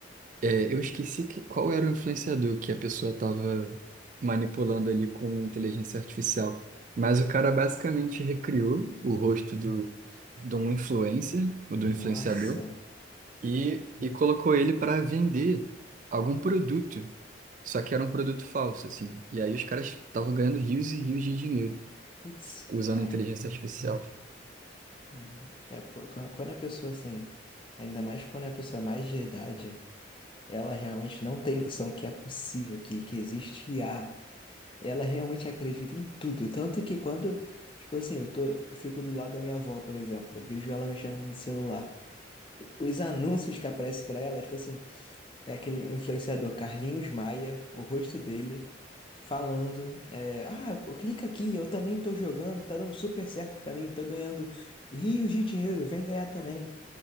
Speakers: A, on the right (about 45°); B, on the left (about 30°).
A: É, eu esqueci que, qual era o influenciador que a pessoa estava manipulando ali com inteligência artificial. Mas o cara basicamente recriou o rosto do, de um influencer, ou do
B: Nossa,
A: influenciador, e, e colocou ele para vender algum produto. Só que era um produto falso, assim. E aí os caras estavam ganhando rios e rios de dinheiro
B: putz,
A: usando
B: cara.
A: inteligência artificial.
B: hum, é, pô, quan- quando a pessoa assim, ainda mais quando é a pessoa é mais de idade. Ela realmente não tem noção que é possível, que, que existe I a Ela realmente acredita em tudo. Tanto que quando, tipo assim, eu tô, eu fico do lado da minha avó, por exemplo, eu vejo ela mexendo no celular. Os anúncios que aparecem pra ela, tipo assim, é aquele influenciador Carlinhos Maia, o rosto dele, falando, é, ah, clica aqui, eu também tô jogando, tá dando super certo pra mim, tô ganhando rios de dinheiro, vem ganhar também.